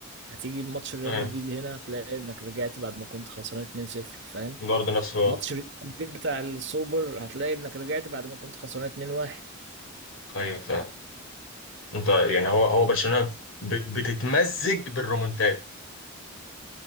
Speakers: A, on the right; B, on the left.
A: هتيجي بماتش ريال
B: أه
A: مدريد هنا تلاقي انك رجعت بعد ما كنت خسران 2-0 فاهم
B: برضه نفس الوضع
A: ماتش ريال مدريد بتاع السوبر هتلاقي انك رجعت بعد ما كنت خسران 2-1
B: أيوه فاهم أنت يعني هو هو برشلونة ب- بتتمزج بالرومنتاد